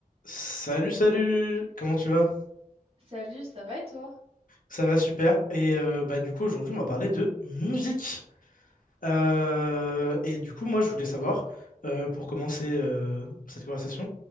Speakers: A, on the left (about 65°); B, on the right (about 40°).
A: Salut, salut! Comment tu vas?
B: Salut, ça va et toi?
A: Ça va super. Et euh, bah du coup aujourd'hui on va parler de musique. Euh, et du coup moi je voulais savoir, euh, pour commencer euh, cette conversation,